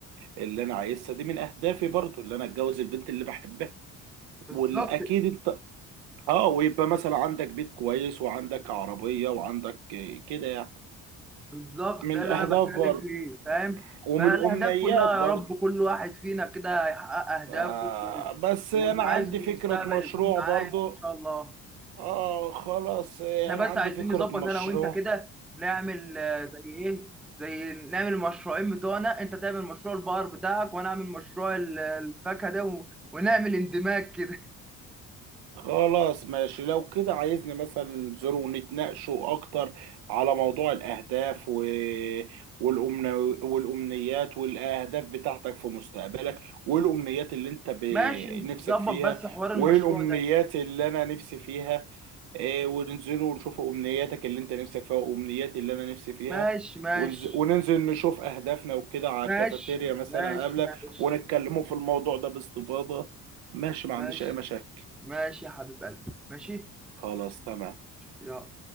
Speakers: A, on the right (about 75°); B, in the centre.
A: اللي انا عايزها دي من اهدافي برضو اللي انا اتجوز البنت اللي بحبها
B: بالظبط
A: والاكيد انت اه ويبقى مثلا عندك بيت كويس وعندك عربية وعندك كده يعني
B: بالظبط
A: من
B: ده
A: الاهداف
B: اللي انا بتكلم
A: برضو
B: فيه فاهم
A: ومن
B: بقى
A: الامنيات
B: الاهداف كلها يا
A: برضو
B: رب كل واحد فينا كده يحقق اهدافه
A: آه
B: وال-
A: بس
B: واللي
A: انا عندي
B: عايزه في
A: فكرة
B: المستقبل
A: مشروع
B: يكون معاه
A: برضو
B: يعني ان شاء الله
A: اه خلاص آه،
B: احنا
A: انا
B: بس
A: عندي
B: عايزين
A: فكرة
B: نظبط
A: مشروع
B: انا وانت كده نعمل آه، زي ايه زي نعمل المشروعين بتوعنا انت تعمل مشروع البقر بتاعك وانا اعمل مشروع ال- الفاكهه ده و- ونعمل اندماج كده <laughs>
A: خلاص ماشي لو كده عايزني مثلا ننزلوا ونتناقشوا اكتر على موضوع الاهداف و... والأمن... والامنيات والاهداف بتاعتك في مستقبلك والامنيات اللي انت ب...
B: ماشي نظبط
A: نفسك فيها
B: بس حوار المشروع
A: والامنيات
B: ده
A: اللي انا نفسي فيها إيه وننزلوا ونشوف امنياتك اللي انت نفسك فيها وامنياتي اللي انا نفسي فيها
B: ماشي ماشي
A: ونز... وننزل نشوف اهدافنا وكده على
B: ماشي
A: الكافيتيريا مثلا
B: ماشي
A: قبلك
B: ماشي
A: ونتكلموا في الموضوع ده باستفاضة ماشي ما
B: ماشي
A: عنديش اي مشاكل
B: ماشي يا حبيب قلبي ماشي
A: خلاص تمام
B: يلا